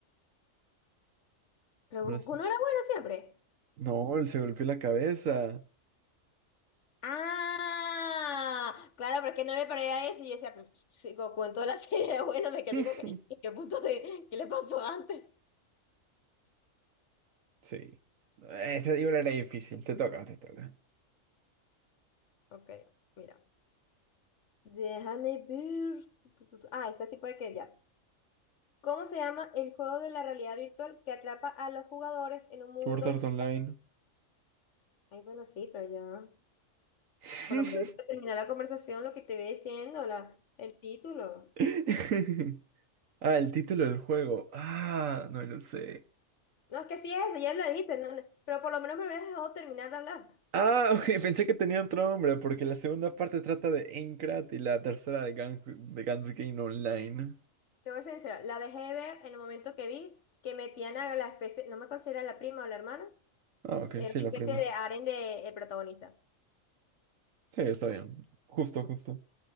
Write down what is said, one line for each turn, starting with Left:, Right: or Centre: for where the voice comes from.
Left: Pero
Right: ahora
Left: Goku
Right: sí.
Left: no era bueno siempre.
Right: No, él se golpeó la cabeza.
Left: Ah, claro, porque no me parecía eso. Y yo decía, pues, sí, Goku en toda la serie, <laughs> bueno, me quedé
Right: <laughs>
Left: como que, ¿en qué punto de, qué le pasó antes?
Right: Sí. Ese libro era difícil. Te toca, te toca.
Left: Ok, mira. Déjame ver. Tu, tu, tu. Ah, esta sí puede que ya. ¿Cómo se llama el juego de la realidad virtual que atrapa a los jugadores en un mundo
Right: Sword Art
Left: digital?
Right: Online.
Left: Ay, bueno, sí, pero ya.
Right: <laughs>
Left: Por lo menos para terminar la conversación, lo que te voy diciendo, la, el título.
Right: <laughs> Ah, el título del juego. Ah, no lo sé.
Left: No, es que sí es, ya lo dijiste, no, no, pero por lo menos me habías dejado terminar de hablar.
Right: Ah, <laughs> ok, pensé que tenía otro nombre porque la segunda parte trata de Aincrad y la tercera de, Gang de Gans Game Online.
Left: Te voy a ser sincera, la dejé de ver en el momento que vi que metían a la especie, no me acuerdo si era la prima o la hermana,
Right: Ah, ok,
Left: eh,
Right: sí,
Left: una
Right: la
Left: especie
Right: prima.
Left: de harén del protagonista.
Right: Sí, está bien. Justo, justo.